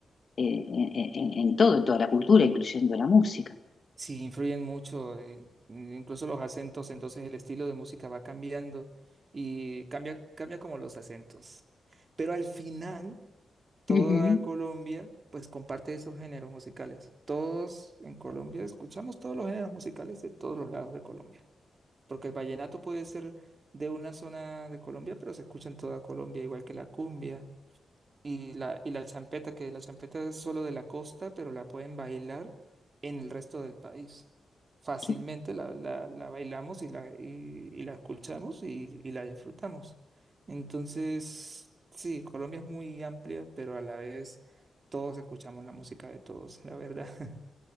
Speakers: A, on the left (about 55°); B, on the right (about 45°).
A: eh, en, en- en todo, en toda la cultura, incluyendo la música.
B: Sí, influyen mucho, eh, incluso los acentos, entonces el estilo de música va cambiando y cambia, cambia como los acentos. Pero al final toda
A: Ujú.
B: Colombia pues comparte esos géneros musicales. Todos en Colombia escuchamos todos los géneros musicales de todos los lados de Colombia, porque el vallenato puede ser de una zona de Colombia, pero se escucha en toda Colombia, igual que la cumbia y la, y la champeta, que la champeta es solo de la costa, pero la pueden bailar en el resto del país. Fácilmente
A: Qué,
B: la, la, la bailamos y la, y, y la escuchamos y, y la disfrutamos. Entonces, sí, Colombia es muy amplia, pero a la vez todos escuchamos la música de todos, la verdad. <laughs>